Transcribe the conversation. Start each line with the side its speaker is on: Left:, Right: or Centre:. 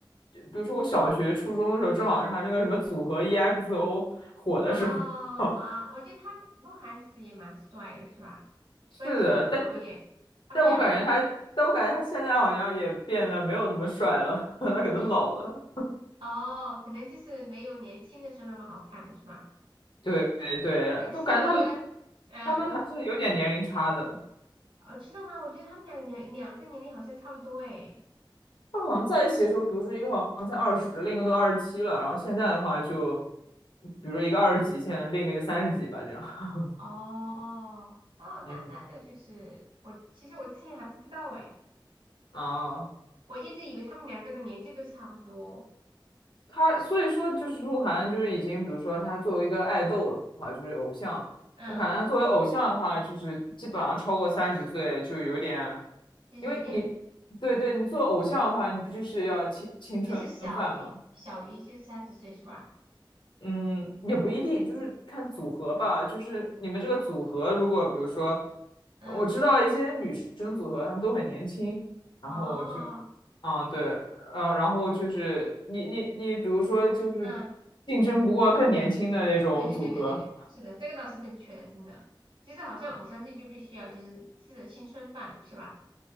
Left: 就比如说我小学、初中的时候，正好是他那个什么组合
Right: 啊。
Left: EXO 火的时候，
Right: 哦，
Left: <laughs>
Right: 哇，我觉得他鹿晗其实也蛮帅的，是吧？关晓彤也，
Left: 是的，但是
Right: 他们俩
Left: 但我感觉他，但我感觉他现在好像也变得没有那么帅了，<laughs> 他可能老了。
Right: 就是哦，可能就是没有年轻的时候那么好看了，是吧？
Left: 对对，对，
Right: 哎，其实我觉得，
Left: 都感觉他
Right: 嗯，
Left: 他们还是有点年龄差的。
Right: 我呃，知道吗？我觉得他们俩两两个年龄好像差不多，哎，
Left: 他好像在一起的时候，比如说一个好像才二十，另一个都二十七了，然后现在的话就，比如说一个二十几，现在另一个就三十几吧，这样。<laughs>
Right: 哦，哦，
Left: 嗯，
Right: 那那那就是我，其实我之前还不知道，哎，
Left: 啊，
Right: 我一直以为他们两个的年纪都差不多，
Left: 他所以说就是鹿晗，就是已经，比如说他作为一个爱豆的话，就是偶像，
Right: 嗯，
Left: 我感觉他作为偶像的话，就是基本上超过三十岁就有点，
Right: 就是有点，
Left: 因为你，对对，你做偶像的话，你不就是要青青春饭吗？
Right: 就是小于小于就是三十岁，是吧？
Left: 嗯，也不一定，就是看组合吧。就是你们这个组合，如果比如说，
Right: 嗯，
Left: 我知道一些女生组合，她们都很年轻，然后就，
Right: 哦。
Left: 嗯，对，嗯，然后就是你你你，比如说就是
Right: 嗯，
Left: 竞争不过更年轻的那种组合，
Right: 对对对对对对，是的，这个倒是正确的，真的。其实好像我相信就必须要就是吃着青春饭，是吧？